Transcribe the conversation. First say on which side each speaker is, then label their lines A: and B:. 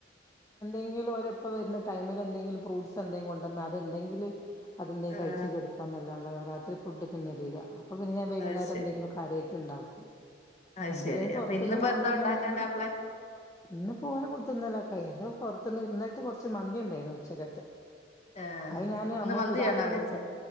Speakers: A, on the left; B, on the left.
A: എങ്കിലു ഓരെപ്പ വരുന്ന ടൈമില് എന്തെങ്കിലും ഫ്രൂട്സ് എന്തെ കൊണ്ടന്നാ അത്ണ്ടെങ്കില് അതെന്തെ
B: ആഹ്
A: കഴിച്ച് കെടക്കാന്നല്ലാ ടെ രാത്രി ഫുഡ് പിന്നില്ല. അപ്പ പിന്ന ഞാൻ വൈകുന്നരം
B: അത് ശരി
A: എന്തങ്കിലും കാര്യാട്ട് ഇണ്ടാക്കും.
B: അത്
A: അന്നുല്ലെങ്കി
B: ശരി
A: പൊറത്തന്നു
B: അപ്പൊ ഇന്നിപ്പോ
A: വാങ്ങുവല്ലാണ്ട്
B: എന്താ ഉണ്ടാക്കാനാ
A: ന്തെങ്കിലുവൊക്കെ
B: പ്ലാൻ
A: ഇന്നിപ്പോ ഓരെ കൂട്ത്തിന്നല. കഴിച്ചോ പൊറത്തന്ന് ഇന്നൽത്തെ കൊറച്ച് മന്തിണ്ടായിരുന്നു ഉച്ചക്കത്തെ.
B: ആഹ്
A: അയ് ഞാന്
B: ഇന്ന്
A: അമ്മളിപ്പോ
B: മന്തിയാണോ
A: രാത്രി
B: വെച്ചേ
A: ഫുഡ്‌